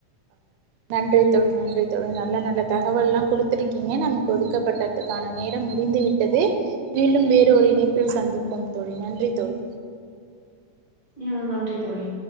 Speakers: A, on the right; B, on the left.
A: <inaudible> நன்றி தோழி நன்றி தோழி நல்ல நல்ல தகவல் எல்லா கொடுத்திருக்கீங்க நமக்கு ஒதுக்கப்பட்டதுக்கான நேரம் முடிந்து விட்டு <unintelligible> மீண்டும் வேறொரு இணைப்பில் சந்திப்போம் தோழி நன்றி தோழி
B: ம் நன்றி தோழி